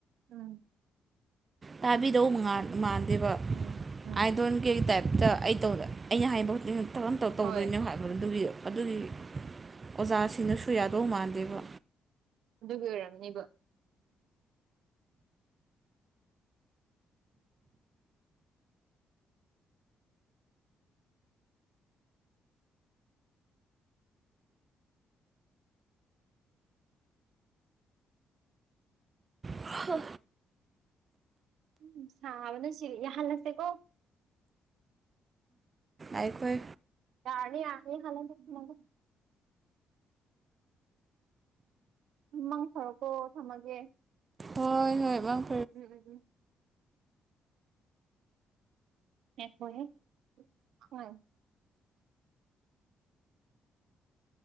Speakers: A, on the right; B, on the right.
A: ꯎꯝ
B: ꯇꯥꯕꯤꯗꯧ ꯃꯉꯔ ꯃꯥꯟꯗꯦꯕ
A: ꯎꯝ ꯎꯝ
B: ꯑꯥꯏ ꯗꯣꯟ ꯀꯦꯛ ꯇꯥꯏꯞ ꯇꯥ ꯑꯩ ꯇꯧꯗ ꯑꯩꯅ ꯍꯥꯏꯕ ꯈꯨꯗꯤꯡꯒꯤ ꯇꯧꯔꯝ ꯇꯧꯗꯣꯏꯅꯣ
A: ꯍꯣꯏ
B: ꯍꯥꯏꯕꯗꯣ ꯑꯗꯨꯒꯤ ꯑꯗꯨꯒꯤ ꯑꯣꯖꯥꯁꯤꯡꯅꯁꯨ ꯌꯥꯗꯧ ꯃꯥꯟꯗꯦꯕ
A: ꯑꯗꯨꯒꯤ ꯑꯣꯏꯔꯝꯅꯦꯕꯣ
B: ꯍꯥ
A: ꯎꯝ ꯁꯥꯕꯅ ꯁꯤ ꯌꯥꯍꯜꯂꯁꯦꯀꯣ
B: ꯑꯩꯏꯈꯣꯏ
A: ꯌꯥꯔꯥꯅꯤ ꯌꯥꯔꯥꯅꯤ <unintelligible> ꯃꯥꯡ ꯐꯔꯣꯀꯣ ꯊꯝꯃꯒꯦ
B: ꯍꯣꯏ ꯍꯣꯏꯕꯝ
A: ꯎꯝ ꯎꯝ ꯎꯝ <unintelligible>